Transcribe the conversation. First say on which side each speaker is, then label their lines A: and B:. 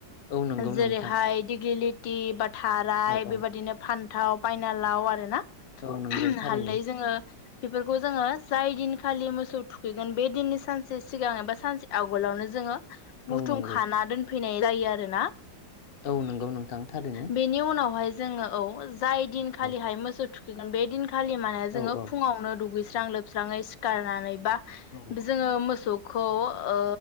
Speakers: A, on the left (about 40°); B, on the left (about 75°).
A: औ नंगौ
B: जेरैहाय
A: नोंथां
B: दिगलिटि बाद थाराय
A: औ औ
B: बेबायदिनो फान्थाव पायनालाव आरो ना
A: औ नंगौ थारैनो
B: हालदै जोङो बेफोरखौ जोङो जाय दिन खालि मोसौ थुखैगोन बे दिन सानसे सिगां एबा सानसे आगलावनो जोङो बुथुम
A: औ नंगौ
B: खाना दोनफैनाय जायो आरोना
A: औ नंगौ नोंथां थारैनो
B: बेनि उनावहाय जोङो औ जाय दिनखालिहाय
A: औ
B: मोसौ थुखैगोन बे दिनखालि माने जोङो
A: औ औ
B: फुङावनो दुगै स्रां लोबस्राङै सिखारनानै बा
A: औ
B: जोङो मोसौ खौ ओ